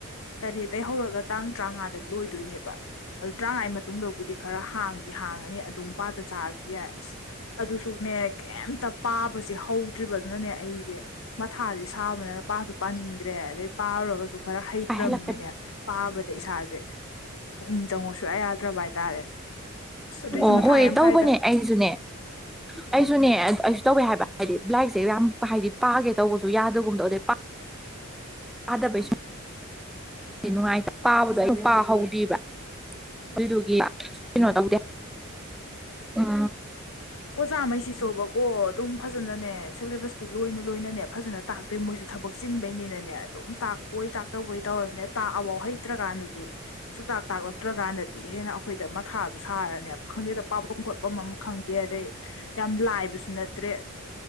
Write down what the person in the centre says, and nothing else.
ꯍꯥꯏꯍꯜꯂꯛꯀꯅꯤ
ꯑꯣ
ꯍꯣꯏ
ꯇꯧꯕꯅꯦ
ꯑꯩꯁꯨꯅꯦ ꯑꯩꯁꯨꯅꯦ ꯑꯩꯁꯨ ꯇꯧꯋꯦ ꯍꯥꯏꯕ ꯍꯥꯏꯗꯤ ꯂꯥꯏꯔꯤꯛꯁꯦ ꯌꯥꯝ ꯍꯥꯏꯗꯤ ꯄꯥꯒꯦ ꯇꯧꯕꯁꯨ ꯌꯥꯗꯒꯨꯝꯗꯣ ꯑꯗꯨꯗꯩ ꯑꯥꯗ ꯄꯩꯁ ꯅꯨꯡꯉꯥꯏꯇ ꯄꯥꯕꯗꯣ ꯑꯩꯝ ꯄꯥꯍꯧꯗ꯭ꯕ ꯑꯗꯨꯏꯗꯨꯒꯤ
ꯣ ꯇ ꯎꯝ